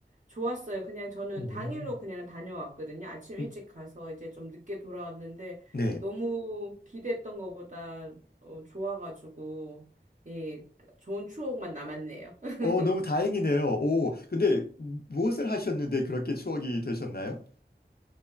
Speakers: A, on the right; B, on the left.
A: 좋았어요. 그냥 저는
B: 오.
A: 당일로 그냥 다녀왔거든요. 아침 일찍
B: 음,
A: 가서 이제 좀 늦게 돌아왔는데,
B: 네.
A: 너무 기대했던 것보다 어, 좋아가지고, 예, 좋은 추억만 남았네요. <laughs>
B: 어, 너무 다행이네요. 오, 근데 무엇을 하셨는데 그렇게 추억이 되셨나요?